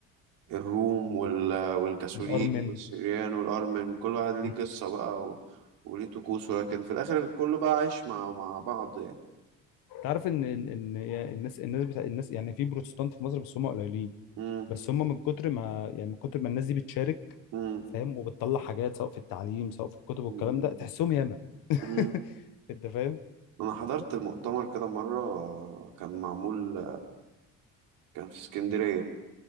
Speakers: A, on the right; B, on the left.
A: الروم وال- والكاثوليك
B: الارمن
A: والسريان والأرمن كل واحد ليه
B: مم.
A: قصة بقى و... وليه طقوسه لكن في الآخر الكل بقى عايش مع مع بعض يعني
B: تعرف ان ان إن الناس الناس بتاع الناس يعني في بروتستانت في مصر بس هم قليلين
A: مم.
B: بس هم من كتر ما يعني من كتر ما الناس دي بتشارك
A: مم.
B: فاهم وبتطلع حاجات سواء في التعليم سواء في الكتب والكلام
A: مم.
B: ده تحسهم ياما
A: مم.
B: <laughs> انت فاهم
A: انا حضرت مؤتمر كده مره كان معمول كان في اسكندريه